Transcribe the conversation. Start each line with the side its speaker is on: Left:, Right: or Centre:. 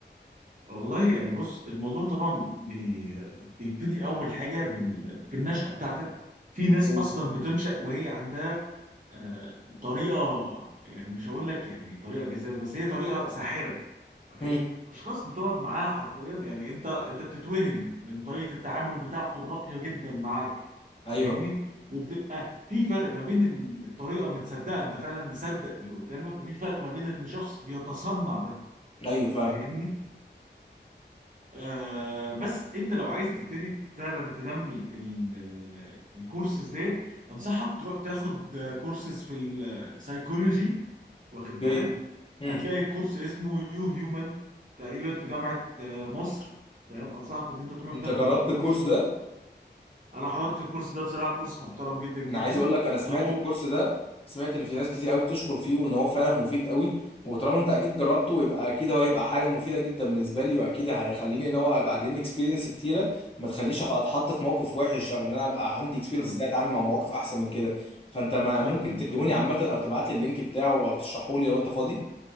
Right: والله يعني بص الموضوع طبعا بي... بيبتدي اول حاجه بال... بالنشأة بتاعتك في ناس
Left: مم.
Right: اصلا بتنشأ وهي عندها آه، طريقه يعني مش هقول لك يعني طريقه جذابه بس هي طريقه ساحره فاهم
Left: امم
Right: اشخاص بتقعد معاها حرفيا يعني انت انت بتتوهم من طريقه التعامل بتاعته الراقيه جدا معاك
Left: ايوه
Right: فاهمني وبتبقى في فرق ما بين إن الطريقه متصدقه انت فعلا مصدق اللي قدامك وفي فرق ما بين ان شخص بيتصنع ده
Left: ايوه فاهم
Right: فاهمني آه بس انت لو عايز تبتدي فعلا تنمي ال- الكورسز ديت انصحك تروح تاخد كورسز في السايكولوجي واخد بالك
Left: اوكي امم
Right: هتلاقي الكورس اسمه يو هيومن تقريبا في جامعة آه، مصر فاهم انصحك ان انت تروح
Left: انت
Right: تاخد
Left: جربت
Right: الكورس
Left: الكورس
Right: دوت
Left: ده
Right: انا حضرت الكورس ده بصراحة كورس محترم جدا جدا
Left: انا عايز اقول لك انا سمعت
Right: هو
Left: الكورس ده سمعت ان في ناس كتير قوي بتشكر فيه وان هو فعلا مفيد قوي وطالما انت اكيد جربته يبقى اكيد هو هيبقى حاجه مفيده جدا بالنسبه لي واكيد هيخليني ان هو ابقى اجيني اكسبيرينس كتيره ما تخلينيش أح- اتحط في موقف وحش او ان انا ابقى عندي اكسبيرينس
Right: فاهم-
Left: ازاي اتعامل مع مواقف احسن من كده فانت ما
Right: فاهمك
Left: ممكن تديهوني
Right: فاهمك
Left: عامه او تبعت لي اللينك بتاعه او تشرحه لي لو انت فاضي